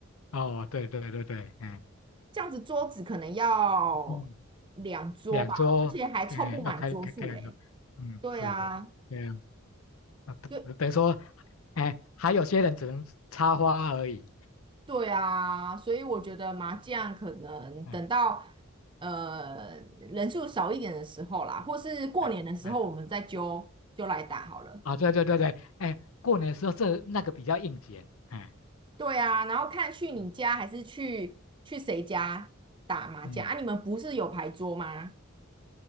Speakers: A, on the left; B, on the right.
A: 哦，对对对对，哎
B: 这样子桌子可能要两桌吧，
A: <laughs>，嗯，两桌，
B: 而且还凑不满桌数嘞。
A: 哎，要开开开两个，嗯，
B: 对啊，
A: 是，对啊，啊等等于说，
B: 对。
A: 哎，还有些人只能插花而已，
B: 对啊，所以我觉得麻将可能等到
A: 嗯，
B: 呃人数少一点的时候啦，或是过年的时候，
A: 这样哎，
B: 我们再揪揪来打好了。
A: 啊，对对对对，哎，过年的时候这那个比较应景，哎，
B: 对啊，然后看去你家还是去去谁家打麻将啊？
A: 嗯嗯。
B: 你们不是有牌桌吗？